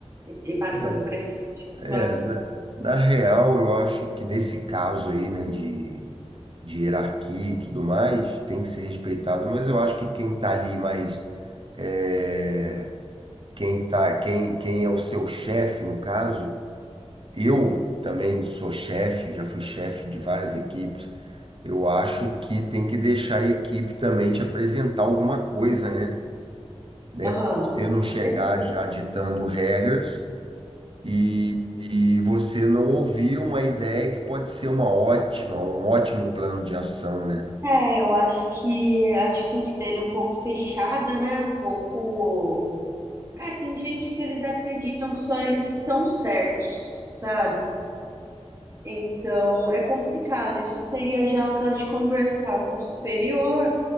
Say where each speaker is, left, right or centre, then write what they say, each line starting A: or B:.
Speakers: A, on the right; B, on the right.
A: E, e passando
B: é,
A: por esse tipo de situação.
B: é, na, na real, eu acho que nesse caso aí, né, de, de hierarquia e tudo mais, tem que ser respeitado, mas eu acho que quem está ali mais é, quem tá, quem, quem é o seu chefe, no caso, eu também sou chefe, já fui chefe de várias equipes. Eu acho que tem que deixar a equipe também te apresentar alguma coisa, né? Né?
A: Aham,
B: Pra Você não chegar
A: certo.
B: já ditando regras e, e você não ouvir uma ideia que pode ser uma ótima, um ótimo plano de ação, né?
A: É, eu acho que a atitude dele é um pouco fechada, né? Um pouco. É, tem gente que eles acreditam que só eles estão certos, sabe? Então é complicado. Isso seria já o caso de conversar com o superior,